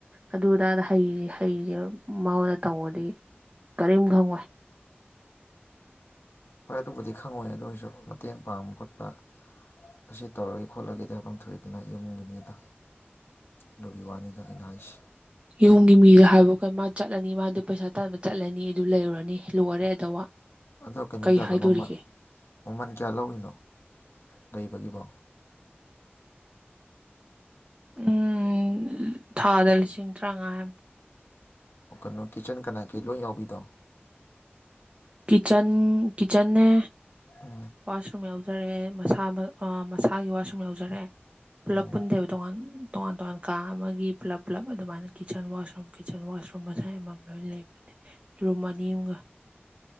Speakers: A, on the right (about 25°); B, on the left (about 65°).
A: ꯑꯗꯨ ꯑꯗꯥꯗ ꯍꯩ ꯍꯩꯔꯦꯕ ꯃꯥꯉꯣꯟꯗ ꯇꯧꯕꯗꯤ ꯀꯔꯤꯝ ꯈꯪꯉꯣꯏ
B: ꯍꯣꯏ ꯑꯗꯨꯕꯨꯗꯤ ꯈꯪꯉꯣꯏ ꯑꯗꯣꯏꯁꯨ ꯃꯇꯦꯡ ꯄꯥꯡꯕ ꯈꯣꯠꯄ ꯑꯁꯤ ꯇꯧꯔꯒꯦ ꯈꯣꯠꯂꯒꯦꯗꯤ ꯍꯥꯏꯐꯝ ꯊꯣꯛꯏꯗꯅ ꯌꯨꯝꯒꯤ ꯃꯤꯗ ꯑꯗꯨꯒꯤ ꯋꯥꯅꯤꯗ ꯑꯩꯅ ꯍꯥꯏꯁꯤ
A: ꯌꯨꯝꯒꯤ ꯃꯤꯗꯨ ꯍꯥꯏꯕ ꯑꯩꯈꯣꯏ ꯃꯥ ꯆꯠꯂꯅꯤ ꯃꯥꯗꯨ ꯄꯩꯁꯥ ꯇꯥꯟꯕ ꯆꯠꯂꯅꯤ ꯑꯗꯨ ꯂꯩꯔꯨꯔꯅꯤ ꯂꯣꯏꯔꯦ ꯑꯗꯋꯥ
B: ꯑꯗꯣ ꯀꯩꯅꯣ
A: ꯀꯩ
B: ꯀꯌꯥ
A: ꯍꯥꯏꯗꯣꯔꯤꯒꯦ
B: ꯂ ꯃꯃꯜ ꯃꯃꯜ ꯀꯌꯥ ꯂꯧꯔꯤꯅꯣ ꯂꯩꯕꯒꯤꯕꯣ
A: ꯎꯝ ꯊꯥꯗ ꯂꯤꯁꯤꯡ ꯇꯔꯥꯉꯥ ꯍꯥꯏ
B: ꯑꯣ ꯀꯩꯅꯣ ꯀꯤꯠꯆꯟ ꯀꯅꯥ ꯀꯩ ꯂꯣꯏ ꯌꯥꯎꯕꯤꯗꯣ
A: ꯀꯤꯆꯟ ꯀꯤꯆꯟꯅꯦ
B: ꯍꯥ
A: ꯋꯥꯁꯔꯨꯝ ꯌꯥꯎꯖꯔꯦ ꯃꯁꯥ ꯑ ꯃꯁꯥꯒꯤ ꯋꯥꯁꯔꯨꯝ ꯌꯥꯎꯖꯔꯛꯑꯦ ꯄꯨꯂꯞ
B: ꯎꯝ
A: ꯄꯨꯟꯗꯦꯕ ꯇꯣꯉꯥꯟ ꯇꯣꯉꯥꯟ ꯇꯣꯉꯥꯟ ꯀꯥ ꯑꯃꯒꯤ ꯄꯨꯜꯂꯞ ꯄꯨꯂꯞ ꯑꯗꯨꯃꯥꯏꯅ ꯀꯤꯠꯆꯟ ꯋꯥꯁꯔꯨꯝ ꯀꯤꯠꯆꯟ ꯋꯥꯁꯔꯨꯝ ꯃꯁꯥꯏ ꯑꯃꯃꯝ ꯂꯣꯏꯅ ꯂꯩꯕ ꯔꯨꯝ ꯑꯅꯤꯑꯝꯒ